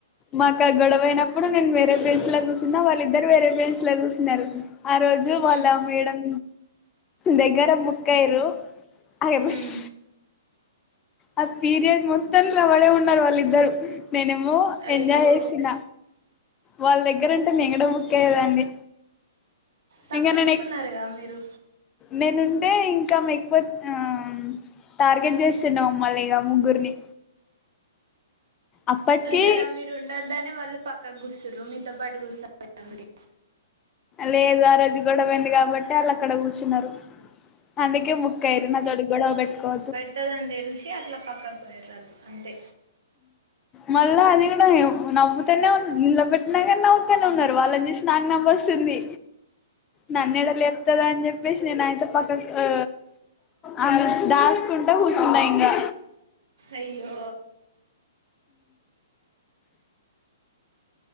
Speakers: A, on the left; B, on the right.
A: మాకు ఆ గొడవ అయినప్పుడు నేను వేరే ప్లేస్ లా కూసున్నా వాళ్ళిద్దరు వేరే ప్లేస్ లో కూసున్నారు ఆ రోజూ
B: మ్మ్.
A: వాల్లా మేడం దెగ్గర బుక్కయిర్రు అరే బుష్
B: మ్మ్.
A: ఆ పీరియడ్ మొత్తం లోవడే ఉన్నారు వాళ్ళిద్దరు నేనేమో
B: అయ్యో
A: ఎంజాయ్ చేస్తున్న వాళ్ళ దగ్గరుంటే నేను కూడ బుక్ అయ్యేదాన్ని
B: తప్పిచ్చుకున్నారుగా
A: ఇంకా నేను
B: మీరు
A: నేనుంటే ఇంకామె ఎక్కువ ఆ టార్గెట్ చేస్సున్నాం మల్లి ఇంగా ముగ్గురిని అప్పటికి
B: చూసారా మీరు ఉండొద్దనే వాళ్ళు పక్కకు కూసుర్రు మీతో పాటు కూసొ పద మరి
A: లేదు ఆ రోజు గొడవైంది కాబట్టే వాళ్ళు అక్కడ కూసున్నారు అందుకే బుక్ అయిర్రు నా తోటి గొడవ పెట్టుకోవద్దు
B: త్తదని తెలిసే అట్ల పక్కకుపోయిర్రు అన్ అంతే
A: మళ్ళా అది కూడా నవ్వుతనే ఉన్ నిళ పెట్టినా కానీ నవ్వుతనే ఉన్నారు వాళ్ళని చూసి నాకు నవ్వొస్తుంది నన్నేడ లేపుతదో అని చెప్పేసి నేను అయితే పక్కక్ ఓ ఆల్ దాచుకుంట కూర్చున్నా ఇంకా
B: అయ్యో